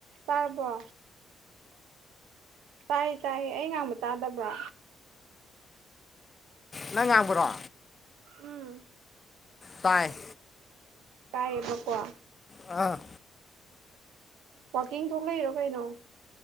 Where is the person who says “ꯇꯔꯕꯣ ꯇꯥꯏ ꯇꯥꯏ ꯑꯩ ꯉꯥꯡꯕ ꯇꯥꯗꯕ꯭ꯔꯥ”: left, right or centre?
Right